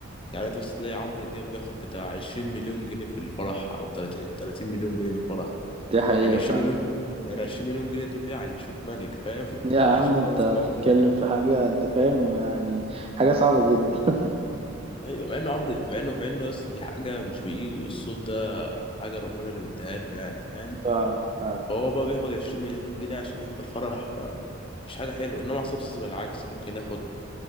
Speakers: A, on the left (about 30°); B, on the right (about 30°).
A: يعني تبص تلاقي عمرو دياب بياخد بتاع 20 مليون جنيه في الفرح او 30 30 مليون جنيه في الفرح
B: دي حقيقة
A: يعني 20
B: فعلا
A: مليون يعني 20 مليون جنيه دول يعيشوك ملك فاهم <laughs>
B: يا عم
A: يعيشوك
B: انت
A: ملك طول
B: بتتكلم
A: عمرك
B: في حاجة انت فاهم يعني حاجة صعبة جدا <laughs>
A: ايوه مع انه عمرو مع انه مع انه يا اسطى دي حاجه مش بايده الصوت ده حاجه ربنا اللي مديها له يعني فاهم
B: فعلا فعلا
A: فهو بقى بياخد 20 مليون جنيه عشان يحضر فرح ف مش حاجة حلوة إنما عصام صاصا بالعكس ممكن ياخد